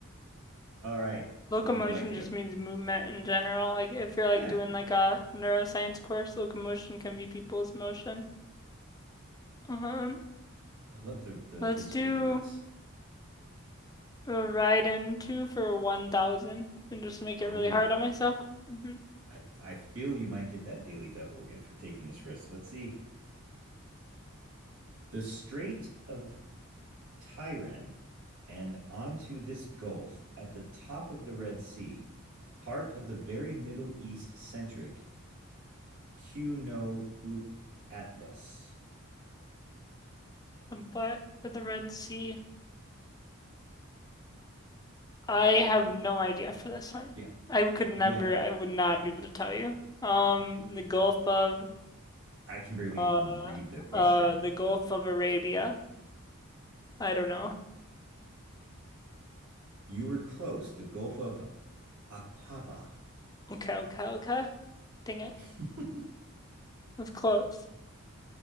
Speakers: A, on the right; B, on the left.
A: <laughs> All right.
B: Locomotion
A: Where would you like to go?
B: just means movement in general. Like if you're like
A: Yeah,
B: doing like a neuroscience course, locomotion can be people's motion. Um,
A: I love the the
B: let's
A: history
B: do
A: of words.
B: a ride into for 1,000 and just make
A: Oh,
B: it really hard on myself. hmm
A: I I feel you might get that daily double again for taking this risk. Let's see. The Strait of Tyran and onto this gulf at the top of the Red Sea, part of the very Middle East centric Q no Ut Atlas.
B: But for the Red Sea, I have no idea for this one.
A: Yeah.
B: I could never,
A: Yeah.
B: I would not be able to tell you. Um, the Gulf of
A: I can barely
B: Uh,
A: even read the question.
B: uh, the Gulf of Arabia. I don't know.
A: You were close. The Gulf of Aqaba.
B: Okay, okay, okay. Dang it.
A: <laughs> uh,
B: That's close.